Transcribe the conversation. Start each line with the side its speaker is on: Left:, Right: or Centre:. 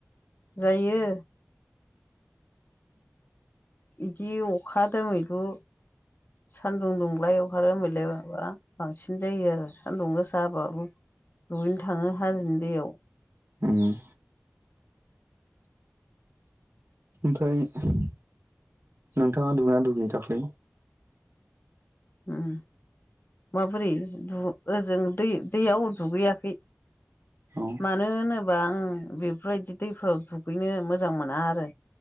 Left: जायो। बिदि अखा दोमैलु सान्दुं दुंलाय अखा दोमैलाय माबा बांसिन जायो आरो सान्दुं गोसाबाबो जयैनो थाङो हाजोनि दैयाव।
Right: उम ओमफ्राय नोंथाङा दुगैनाया दुगैया दाख्लै?
Left: उम माबोरै दु ओजों दै दैयाव दुगैयाखै।
Right: औ
Left: मानो होनोबा ओं बेफोरबायदि दैफोराव दु गैनो मोजां मोना आरो